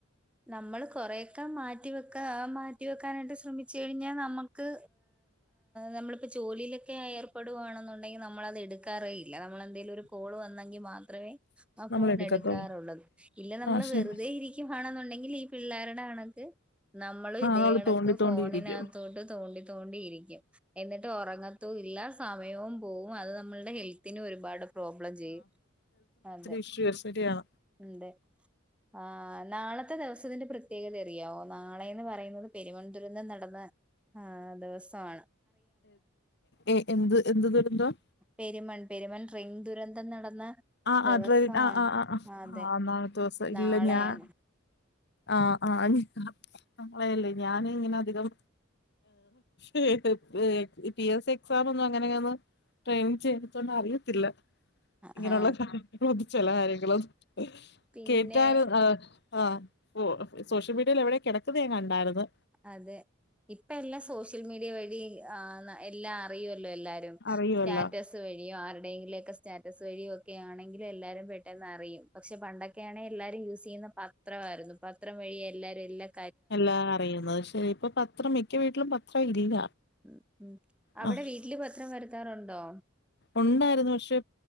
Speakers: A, in the centre; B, on the left.
A: നമ്മൾ കൊറെേയൊക്കെ മാറ്റി വെക്കാ മാറ്റി വെക്കാനായിട്ട് ശ്രമിച്ചു കഴിഞ്ഞാൽ നമ്മ ക്ക് നമ്മളിപ്പോ ജോലിയിലൊക്കെ ഏർപ്പെടുകയാണെന്നുണ്ടെങ്കി നമ്മളത് എടുക്കാറേ ഇല്ല നമ്മള എപ്പോളെങ്കിലും ഒരു കാൾ വന്നെങ്കിൽ മാത്രമേ ആഫോൺ
B: നമ്മളെടുക്കത്തൊള്ളൂ
A: എടുക്കാറുള്ളത് ഇല്ലേൽ നമ്മൾ
B: ആഹ് ശരി
A: വെറുതെ ഇരിക്ക വാണെന്നുണ്ടെങ്കിൽ ഈ പിള്ളേരുടെ കണക്ക് നമ്മളും
B: ആഹ്
A: ഇതേ
B: നമ്മള്
A: കണക്ക്
B: തോണ്ടി തോണ്ടിയിരിക്കും
A: ഫോണിന് അകത്തോട്ട് തോണ്ടി തോണ്ടി ഇരിക്കും എന്നിട്ട് ഉറങ്ങത്തും ഇല്ല സമയവും പോവും അത് നമ്മളുടെ ഹെൽത്തിനും ഒരു ഒരുപാട് പ്രോബ്ലം ചെയ്യും അതെ
B: ശരി ശരിയാണ്
A: ഉണ്ട് ആഹ് നാളെത്തെ ദിവസത്തിന്റെ പ്രത്യേകത അറിയാവോ നാളെ എന്ന് പറയുന്നത് പെരുവൻദുരന്തം നടന്ന ആഹ് ദിവസം ആണ്
B: എ എന്ത്. എന്ത് ദുരന്തം
A: പെരുമൺ പെരുമൺ ഡ്രിങ് ദുരന്തം നടന്ന
B: ആഹ്
A: ദിവസമാണ്
B: ആഹ് ട്രെയിൻ ആഹ് ആഹ്
A: അതെ
B: ആഹ് നാളത്തെ ദിവസം
A: നാളെയാണ്
B: ഇല്ല ഞാൻ ആഹ് ആഹ് അതല്ലെയ്‌ ഞാന് ഇങ്ങനെ അധികം ഏ പി എസ് സി എക്സാം ഒന്നും അങ്ങനെയൊന്നും പ്രേമിച്ചെത്കൊണ്ട് അറിയത്തില്ല
A: ആ
B: ഇങ്ങനെയുള്ള കാര്യങ്ങളും ചില കാര്യങ്ങളും
A: പിന്നെ
B: കേട്ടാൽ ആഹ് ആഹ് സോഷ്യൽ മീഡിയയിൽ എവിടെയോ കിടക്കുന്നത് ഞാൻ കണ്ടാരുന്നു
A: അതെ ഇപ്പൊ എല്ലാം സോഷ്യൽ മീഡിയ വഴി ആഹ് എല്ലാം അറിയുമല്ലോ എല്ലാരും
B: അറിയുവല്ലോ
A: സ്റ്റാറ്റസ് വഴിയോ ആരുടെയെങ്കിലുമൊക്കെ സ്റ്റാറ്റസ് വഴിയോ ഒക്കെ ആണെങ്കിലും എല്ലാരും പെട്ടെന്ന് അറിയും പക്ഷെ പണ്ടൊക്കെയാണെ എല്ലാരും യൂസ് ചെയ്യുന്നത് മാത്രമായിരുന്നു പത്രം വഴി എല്ലാരും എല്ലാം
B: എല്ലാം അറിയുന്നത് പക്ഷെ ഇപ്പൊ പത്രം മിക്ക വീട്ടിലും പത്രം ഇല്ല
A: ഉം ഉം അവിടെ
B: ആ
A: വീട്ടില് പത്രം വരുത്താറുണ്ടോ
B: ഉണ്ടായിരുന്നു പക്ഷെ